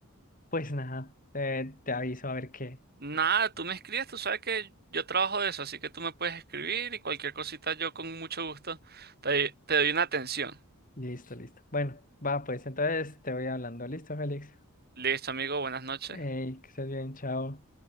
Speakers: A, on the left (about 35°); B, on the right (about 45°).
A: pues nada, eh, te aviso a ver qué.
B: Nada, tú me escribes, tú sabes que yo trabajo de eso, así que tú me puedes escribir y cualquier cosita yo con mucho gusto te, te doy una atención.
A: Listo, listo. Bueno, va, pues entonces te voy hablando. Listo, Félix.
B: Listo, amigo, buenas noches.
A: Ey, que estés bien, chao.